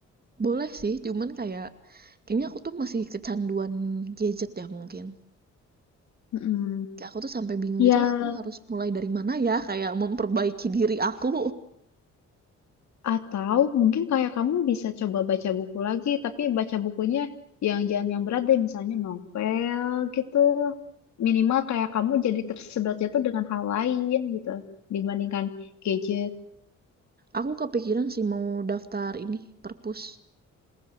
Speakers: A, on the right; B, on the left.
A: Boleh sih, cuman kayak kayaknya aku tuh masih kecanduan gadget ya mungkin.
B: Mm-mm.
A: Kayak aku tuh sampai bingung
B: Ya,
A: gitu, aku harus mulai dari mana ya kayak memperbaiki diri aku.
B: atau mungkin kayak kamu bisa coba baca buku lagi, tapi baca bukunya yang jangan yang berat deh, misalnya novel gitu. Minimal kayak kamu jadi tersedotnya tuh dengan hal lain gitu, dibandingkan gadget.
A: Aku kepikiran sih mau daftar ini, perpus.